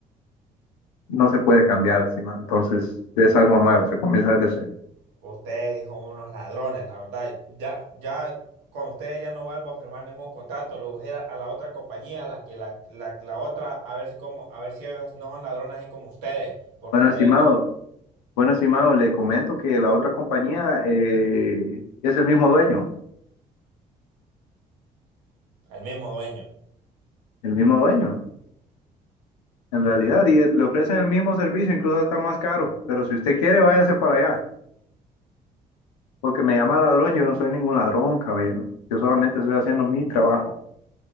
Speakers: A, on the left; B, on the right.
A: no se puede cambiar, estimado. Entonces, es algo nuevo, se comienza desde cero.
B: Ustedes son unos ladrones, la verdad. Ya, ya, con ustedes ya no vuelvo a firmar ningún contrato. Lo voy a ir a a la otra compañía, la que la, la, la otra, a ver si como, a ver si ellos no son ladrones así como ustedes, porque
A: Bueno,
B: ustedes
A: estimado,
B: vinieron
A: bueno, estimado, le comento que la otra compañía eh, es el mismo dueño,
B: al mismo dueño.
A: el mismo dueño, en realidad, y es- le ofrecen el mismo servicio, incluso está más caro. Pero si usted quiere, váyase para allá, porque me llama ladrón, yo no soy ningún ladrón, caballero. Yo solamente estoy haciendo mi trabajo.